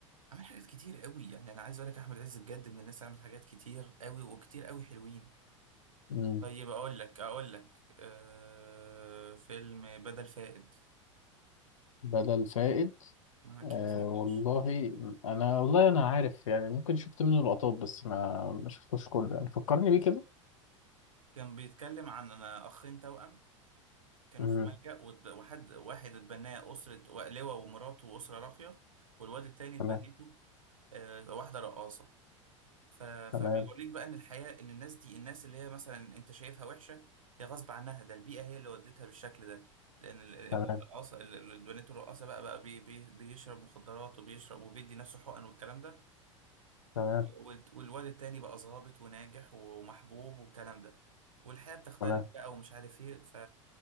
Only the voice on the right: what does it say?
عمل حاجات كتير قوي يعني انا عايز اقول لك احمد عز بجد من الناس اللي عملت حاجات كتير قوي وكتير قوي حلوين
طيب اقول لك اقول لك آه فيلم بدل فائد
ما اكيد
ما سمعتوش
كان بيتكلم عن أنا اخين توأم كانوا
في ملجأ وت- وحد واحد اتبناه أسرة لواء ومراته وأسرة راقية والواد التاني اتبنته
آه واحدة رقاصة ف... فبيوريك
بقى ان الحياة ان الناس دي الناس اللي هي مثلا انت شايفها وحشة هي غصب عنها ده البيئة هي اللي ودتها بالشكل ده لان ال- الابن
الرقاصة ال- ال- البنات الرقاصة بقى بقى بي... بي... بيشرب مخدرات وبيشرب وبيدي نفسه حقن والكلام ده
وال- والواد التاني بقى ظابط وناجح ومحبوب والكلام ده والحياة بتختلف
بقى ومش عارف ايه ف...